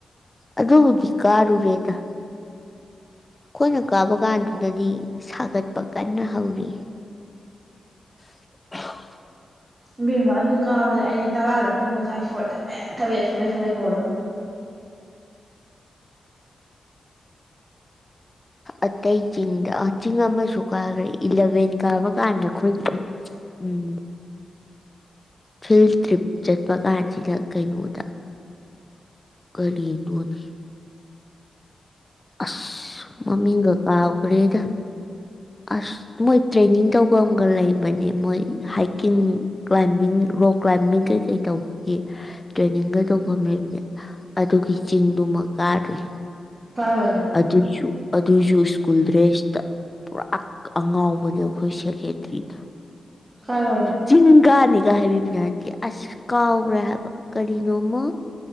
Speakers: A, on the left (about 25°); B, on the right (about 30°).
A: ꯑꯗꯨꯕꯨꯗꯤ ꯀꯥꯔꯨꯔꯦꯗ꯫ ꯈꯣꯏꯅ ꯀꯥꯕ ꯀꯥꯟꯗꯨꯗꯗꯤ ꯁꯥꯒꯠꯄ ꯀꯟꯅ ꯍꯧꯔꯤ꯫ <unintelligible>
B: ꯏꯕꯦꯝꯃ ꯑꯗꯨ ꯀꯥꯕꯗ ꯑꯩꯗꯤ ꯇꯥꯔꯥꯔꯛꯄꯨ ꯄꯣꯊꯥꯏ ꯁꯣꯔ ꯊꯕꯦꯠ ꯊꯕꯦꯠ ꯊꯕꯦꯠ ꯊꯕꯦꯠ ꯍꯣꯜꯂ <inaudible>
A: ꯑꯇꯩ ꯆꯤꯡꯗ ꯆꯤꯡ ꯑꯃꯁꯨ ꯀꯥꯒꯔꯦ ꯏꯂꯚꯦꯟ ꯀꯥꯕ ꯀꯥꯟꯗ ꯑꯩꯈꯣꯏ <unintelligible> ꯎꯝ꯫ ꯐꯤꯜ ꯇ꯭ꯔꯤꯞ ꯆꯠꯄ ꯀꯥꯟꯖꯤꯗ ꯀꯩꯅꯣꯗ꯫ ꯀꯔꯤꯅꯣꯅꯦ꯫ ꯑꯁ ꯃꯃꯤꯡꯒ ꯀꯥꯎꯒꯔꯦꯗ꯫ ꯑꯁ ꯃꯣꯏ ꯇ꯭ꯔꯦꯅꯤꯡ ꯇꯧꯕꯝꯒ ꯂꯩꯕꯅꯦ ꯃꯣꯏ ꯍꯥꯏꯀꯤꯡ ꯀ꯭ꯂꯥꯏꯝꯕꯤꯡ ꯔꯣꯛ ꯀ꯭ꯂꯥꯏꯝꯕꯤꯡ ꯀꯩꯀꯩ ꯇꯧꯕꯒꯤ ꯇ꯭ꯔꯦꯅꯤꯡꯒ ꯇꯧꯐꯝ ꯂꯩꯕꯅꯦ ꯑꯗꯨꯒꯤ ꯆꯤꯡꯗꯨ ꯃ ꯀꯥꯔꯨꯏ꯫
B: ꯀꯥꯏꯋꯥꯏꯗ
A: ꯑꯗꯨꯖꯨ ꯑꯗꯨꯖꯨ ꯁ꯭ꯀꯨꯜ ꯗ꯭ꯔꯦꯁꯇ ꯄꯨꯔꯥ ꯑꯉꯥꯎꯕꯅꯦ ꯑꯩꯈꯣꯏ ꯁꯦ ꯍꯦꯇꯔꯤꯗꯣ
B: ꯀꯥꯏꯋꯥꯏꯗ
A: ꯆꯤꯡꯀꯥꯅꯦ <unintelligible> ꯑꯥꯁ ꯀꯥꯎꯒꯔꯦ ꯍꯥꯏꯕ ꯀꯔꯤꯅꯣꯃ